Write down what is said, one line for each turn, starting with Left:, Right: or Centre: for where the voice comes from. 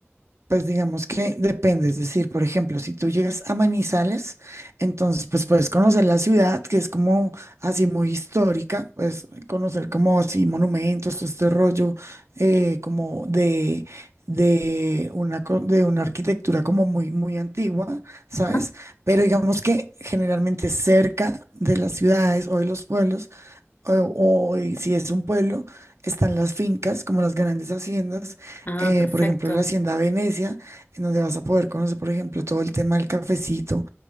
Right: Pues digamos que depende, es decir, por ejemplo, si tú llegas a Manizales, entonces pues puedes conocer la ciudad, que es como así muy histórica, pues conocer como así monumentos, todo este rollo eh, como de, de una, co- de una arquitectura como muy, muy antigua, ¿sabes?
Left: Ajá.
Right: Pero digamos que generalmente cerca de las ciudades o de los pueblos o, o, eh, si es un pueblo, están las fincas, como las grandes haciendas,
Left: Ah,
Right: eh,
Left: perfecto.
Right: por ejemplo, la Hacienda Venecia, en donde vas a poder conocer, por ejemplo, todo el tema del cafecito,